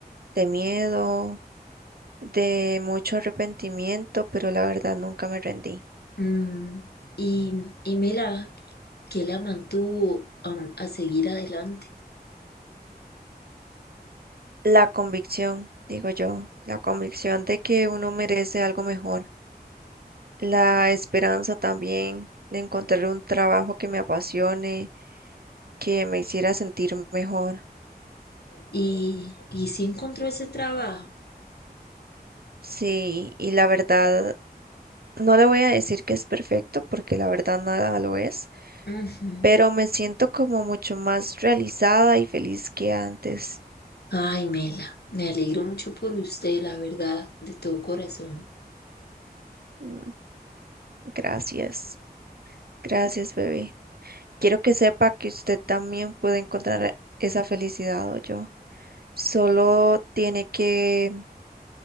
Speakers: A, on the right; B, on the left.
A: de miedo, de mucho arrepentimiento, pero la verdad nunca me rendí.
B: Mm, y, y Mela, qué la mantuvo a, a seguir adelante?
A: La convicción, digo yo, la convicción de que uno merece algo mejor, la esperanza también de encontrar un trabajo que me apasione que me hiciera sentir mejor.
B: Y, y si encontró ese trabajo.
A: Sí, y la verdad, no le voy a decir que es perfecto porque la verdad nada lo es,
B: Ujú.
A: pero me siento como mucho más realizada y feliz que antes.
B: Ay, Mela, me alegro mucho por usted, la verdad, de todo corazón.
A: Mm, Gracias, gracias, bebé. Quiero que sepa que usted también puede encontrar esa felicidad o yo. Solo tiene que